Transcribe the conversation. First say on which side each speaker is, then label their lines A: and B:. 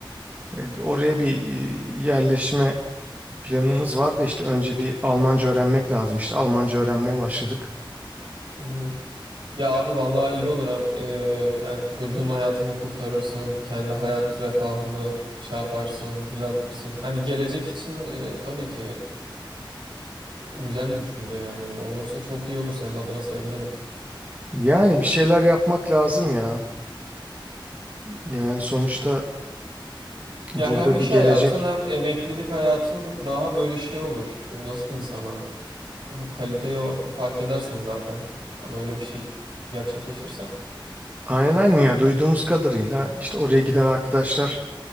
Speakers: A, on the right; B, on the right.
A: E, bir- Oraya bir e, yerleşme planımız var da işte önce bir Almanca öğrenmek lazım. İşte Almanca öğrenmeye başladık.
B: Hmm. <clears throat> Ya abi vallahi iyi olur hem e, yani çocuğun hayatını kurtarırsın, kendi hayat refahını şey yaparsın, düzeltirsin. Hani gelecek için e, tabii ki güzel bir düşünce yani bu olursa çok iyi olur senin adına sevinirim.
A: Yani bir şeyler yapmak lazım ya. Yani sonuçta
B: Ya
A: burada
B: hem iş
A: bir gelecek.
B: hayatın hem emeklilik hayatın daha böyle şey olur. E, Nasıl diyeyim sana? Kaliteyi o- fark edersin zaten. Hani öyle bir şey gerçekleşirse.
A: Aynen aynen ya duyduğumuz kadarıyla işte oraya giden arkadaşlar